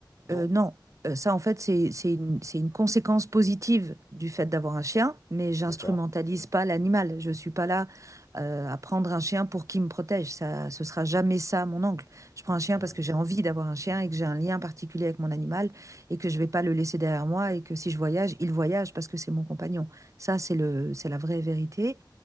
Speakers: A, on the left; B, on the right.
A: non?
B: euh, non. Euh, ça, en fait, c'est, c'est une, c'est une conséquence positive du fait d'avoir un chien, mais j'instrumentalise
A: D'accord.
B: pas l'animal. Je suis pas là euh, à prendre un chien pour qu'il me protège. Ça, ce sera jamais ça, mon oncle. Je prends un chien
A: Mm.
B: parce que j'ai envie d'avoir un chien et que j'ai un lien particulier avec mon animal et que je vais pas le laisser derrière moi et que si je voyage, il voyage parce que c'est mon compagnon. Ça, c'est le, c'est la vraie vérité.